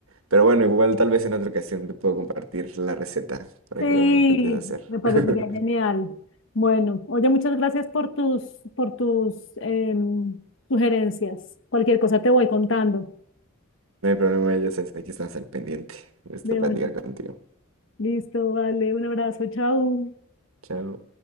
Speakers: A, on the right; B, on the left.
A: Pero bueno, igual tal vez en otra ocasión te puedo compartir la receta para
B: Sí,
A: que lo intentes hacer.
B: me parecería
A: <laughs>
B: genial. Bueno, oye, muchas gracias por tus, por tus em, sugerencias. Cualquier cosa te voy contando.
A: No hay problema, ya sabes, aquí estamos al pendiente. Me gusta
B: De
A: platicar
B: bueno,
A: contigo.
B: listo, vale, un abrazo, chao.
A: Chao.